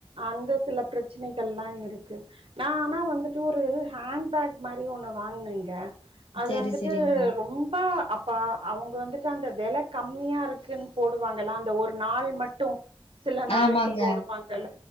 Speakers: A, on the right; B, on the left.
A: அந்த சில பிரச்சனைகல்லாம் இருக்கு ந ஆனா வந்துட்டு ஒரு ஹேண்ட பேக் மாரி ஒண்ணு வாங்னேங்க அது
B: சரி,
A: வந்துட்டு
B: சரிங்க.
A: ரொம்பா அப் பா அவங்க வந்துட்டு அந்த வெல கம்மியா இருக்குன்னு போடுவாங்காம் அந்த ஒரு நாள் மட்டும் சில நாளுக்கு
B: ஆமாங்க,
A: போடுவாங்கல்ல